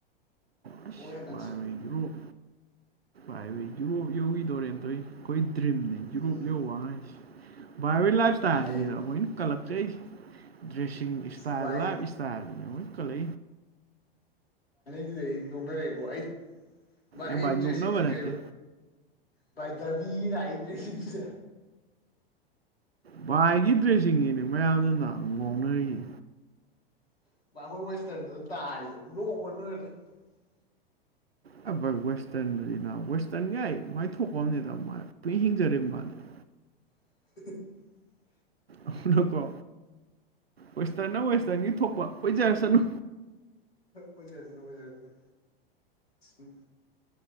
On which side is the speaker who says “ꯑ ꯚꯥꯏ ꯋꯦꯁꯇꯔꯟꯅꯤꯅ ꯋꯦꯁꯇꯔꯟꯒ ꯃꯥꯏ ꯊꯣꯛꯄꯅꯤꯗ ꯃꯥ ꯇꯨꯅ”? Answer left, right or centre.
Right